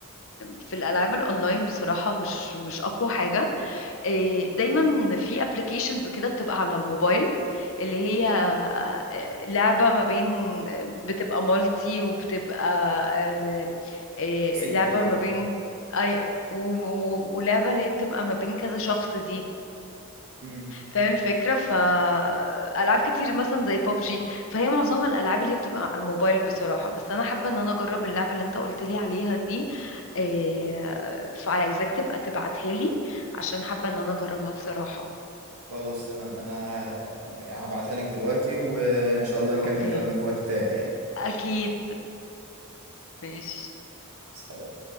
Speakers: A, on the left; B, on the right.
A: في الالعاب الاونلاين بصراحه مش مش اقوى حاجه آه، دايما في ابلكيشنز كده بتبقى على الموبايل اللي هي آه، لعبة ما بين بتبقى مالتي وبتبقى آه، آه،
B: سنجل
A: لعبة
B: بلاير
A: ما بين
B: اه
A: أي و- و- ولعبة اللي هي بتبقى ما بين كذا شخص دي
B: مم.
A: فاهم الفكرة فألعاب كتير مثلا زي بابجي فهي معظمها الألعاب اللي هي بتبقى على الموبايل بصراحة بس أنا حابة إن أنا أجرب اللعبة اللي أنت قلت لي عليها دي آه، فعايزاك تبقى تبعتها لي عشان حابة إن أنا أجربها بصراحة
B: خلاص تمام انا ه- هبعتها لك دلوقتي وان شاء الله نكمل
A: اوكي
B: كلامنا في وقت تاني
A: اكيد ماشي
B: يعني